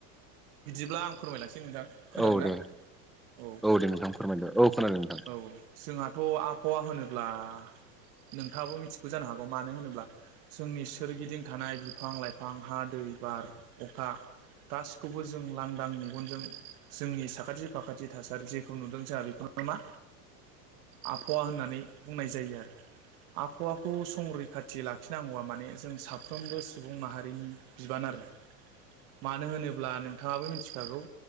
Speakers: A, on the right; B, in the centre.
A: बिदिब्ला आं फोरमायलांसै नोंथां खोनादों
B: औ
A: ना
B: दे
A: औ
B: दे नोंथां फोरमायदो औ खोनादों नोंथां
A: औ जोंहाथ' आबहावा होनोब्ला नोंथाङाबो मिथिगौ जानो हागौ मानो होनोब्ला जोंनि सोरगिदिं थानाय बिफां लाइफां हा दै बार अखा गाससि बेखौबो जों लांदां मेगनजों जोंनि साखाथि फाखाथि थासारि जेखौ नुदों जोंहा बिफाङा मा आबहावा होननानै बुंनाय जायो आरो आबहावाखौ संरैखाथि लाखिनांगौआ माने जों साफ्रोमबो सुबुं माहारिनि बिबान आरो मानो होनोब्ला नोंथाङाबो मिथिखागौ